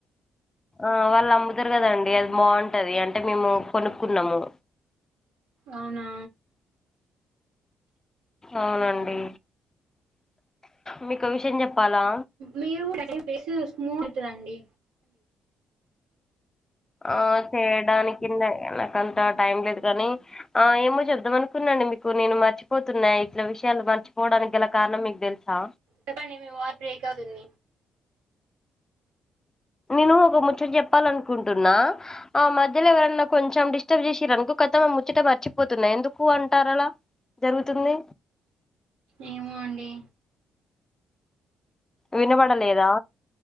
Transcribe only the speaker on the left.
ఆ వాళ్ళు అమ్ముతారు కదండి అది బాగుంటది అంటే మేము కొనుక్కున్నాము
అవునండి మీకో విషయం చెప్పాలా
ఆ చేయడానికి <unintelligible> నాక అంత టైం లేదు కానీ ఆ ఏమో చెద్దాం అనుకున్నాండి మీకు నేను మర్చిపోతున్నా ఇట్ల విషయాలు మర్చిపోవడానికి గల కారణం మీకు తెలుసా
నేను ఒక ముచ్చట చెప్పాలనుకుంటున్నా ఆ మధ్యలో ఎవరన్నా కొంచెం డిస్టర్బ్ చేసిరనుకో కత ముచ్చట మర్చిపోతున్నా ఎందుకు అంటారలా జరుగుతుంది
వినబడలేదా